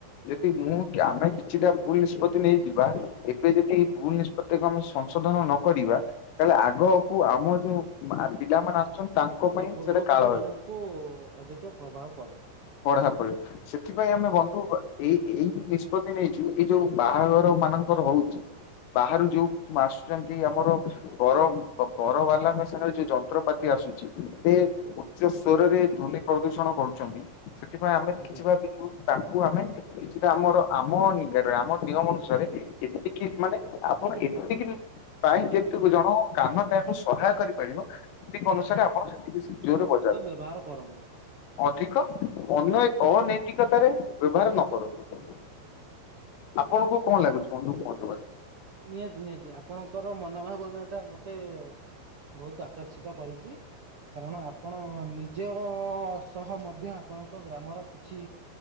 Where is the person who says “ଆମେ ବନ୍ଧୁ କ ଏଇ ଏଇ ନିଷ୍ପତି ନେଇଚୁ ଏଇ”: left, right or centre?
Left